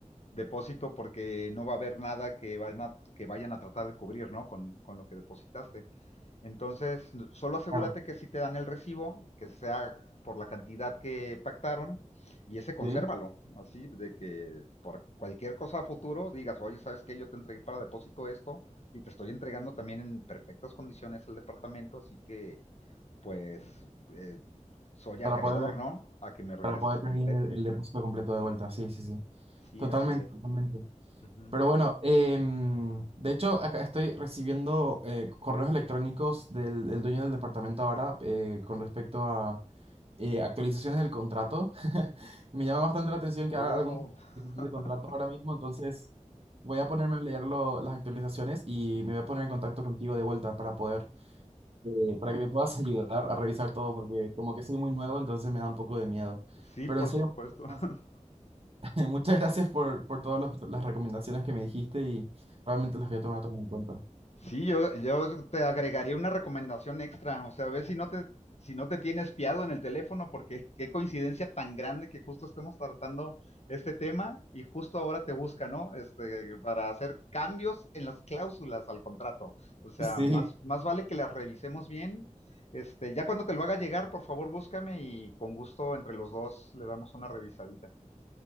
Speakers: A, on the left (about 55°); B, on the right (about 50°).
A: depósito porque no va a haber nada que, van a, que vayan a tratar de cubrir, ¿no? Con, con, lo que depositaste. Entonces, solo asegúrate
B: claro,
A: que si te dan el recibo, que sea por la cantidad que pactaron, y ese consérvalo,
B: sí,
A: así, de que por cualquier cosa a futuro digas, oye, ¿sabes qué? Yo te entregué para depósito esto, y te estoy entregando también en perfectas condiciones el departamento, así que, pues, eh, soy
B: para
A: acreedor,
B: poder...
A: ¿no? A que me regreses
B: Para poder
A: completo.
B: pedir el, el depósito completo de vuelta, sí, sí, sí.
A: Sí,
B: Totalmente,
A: así es.
B: totalmente.
A: Uh -huh.
B: Pero bueno, em, de hecho, acá estoy recibiendo eh, correos electrónicos del, del dueño del departamento ahora eh, con respecto a eh, actualizaciones del contrato. <laughs> Me llama bastante la atención
A: Oh,
B: que haga algún tipo
A: <laughs>
B: de contrato ahora mismo, entonces voy a ponerme a leer lo- las actualizaciones y me voy a poner en contacto contigo de vuelta para poder eh, para que me puedas <laughs> ayudar a revisar todo, porque como que soy muy nuevo, entonces me da un poco de miedo.
A: sí,
B: Pero
A: por
B: en serio,
A: supuesto. <laughs>
B: <laughs> muchas gracias por, por todas los- las recomendaciones que me dijiste y realmente las voy a tomar todo en cuenta.
A: Sí, yo, yo te agregaría una recomendación extra, o sea, a ver si no te, si no te tiene espiado en el teléfono, porque qué coincidencia tan grande que justo estemos tratando este tema y justo ahora te busca, ¿no? Este, para hacer cambios en las cláusulas al contrato. O sea,
B: Sí,
A: más, más vale que las revisemos bien. Este, ya cuando te lo haga llegar, por favor, búscame y con gusto entre los dos le damos una revisadita.